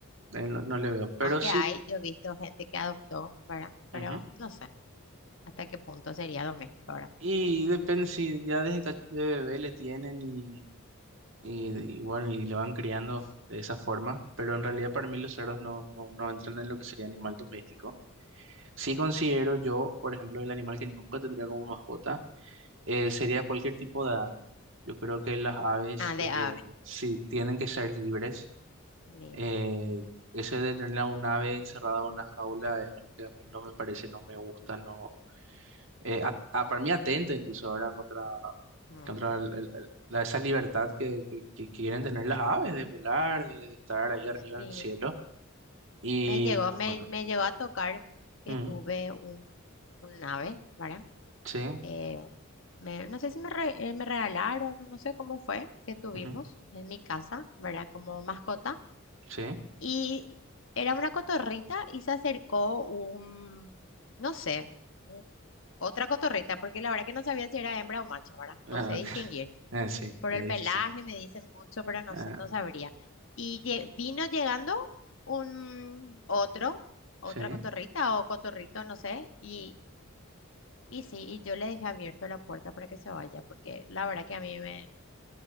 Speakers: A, on the right; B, on the left.
A: Eh, No, no le veo. Pero
B: Aunque
A: sí,
B: hay, yo he visto gente que adoptó, ¿verdad? Pero
A: Ujú.
B: no sé hasta qué punto sería doméstico, ¿verdad?
A: Y depende si ya desde cach- de bebé le tienen y, y, y bueno, y le van criando de esa forma. Pero en realidad para mí los cerdos no, no, no entran en lo que sería animal doméstico. Sí
B: Mm.
A: considero yo, por ejemplo, el animal que nunca tendría como mascota eh, sería cualquier tipo de ave. Yo creo que las aves
B: Ah, de
A: eh,
B: ave.
A: sí tienen que ser libres.
B: Li-
A: Eh, ese de tener a un ave encerrada en una jaula es algo que a mí no me parece, no me gusta, no, eh, a- a- para mí atenta incluso, ¿verdad? Contra,
B: mm.
A: contra el- el- el- la, esa libertad que, que- que quieren tener las aves de volar, de, de estar ahí arriba
B: Sí,
A: en el cielo. Y
B: me llegó, me,
A: y bueno,
B: me llegó a tocar que
A: mm,
B: tuve un, un ave, ¿verdad?
A: sí,
B: Eh, Me, no sé si me, re- eh, me regalaron o no sé cómo fue que tuvimos
A: ujú,
B: en mi casa, ¿verdad? Como mascota.
A: sí,
B: Y era una cotorrita y se acercó un, no sé, u- otra cotorrita, porque la verdad que no sabía si era hembra o macho, ¿verdad?
A: ah,
B: No sé distinguir.
A: ok, <laughs> eh, sí,
B: Por
A: es
B: el pelaje
A: difícil.
B: me dicen mucho, pero no,
A: Ah,
B: sa- no sabría. Y lle- vino llegando un otro, otra
A: sí,
B: cotorrita o cotorrito, no sé, y y sí, y yo le dejé abierto la puerta para que se vaya, porque la verdad que a mí me...